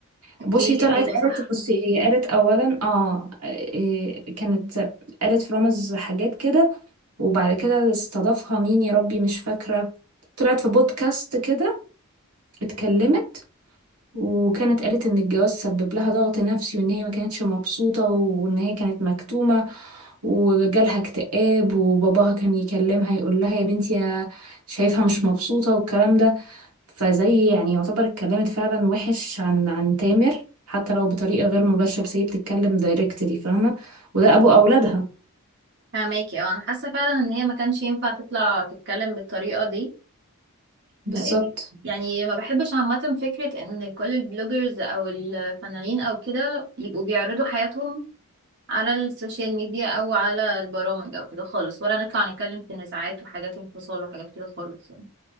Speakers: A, on the right; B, on the right.
A: اوكي
B: بصي طلعت
A: ايوه
B: قالت
A: صح
B: بصي هي قالت اولا اه إيه، كانت قالت في رامز حاجات كده وبعد كده استضافها مين يا ربي مش فاكرة طلعت في بودكاست كده اتكلمت وكانت قالت ان الجواز سبب لها ضغط نفسي وان هي ما كانتش مبسوطة وان هي كانت مكتومة وجالها اكتئاب وباباها كان يكلمها يقول لها يا بنتي يا شايفها مش مبسوطة والكلام ده فزي يعني يعتبر اتكلمت فعلا وحش عن عن تامر حتى لو بطريقة غير مباشرة بس هي بتتكلم دايركتلي فاهمة وده ابو اولادها
A: فهماكي اه انا حاسه فعلا ان هي ما كانش ينفع تطلع تتكلم بالطريقه دي
B: بالظبط
A: إيه، يعني ما بحبش عامة فكرة ان كل البلوجرز او الفنانين او كده يبقوا بيعرضوا حياتهم على السوشيال ميديا او على البرامج او كده خالص ولا نطلع نتكلم في نزاعات وحاجات انفصال وحاجات كده خالص يعني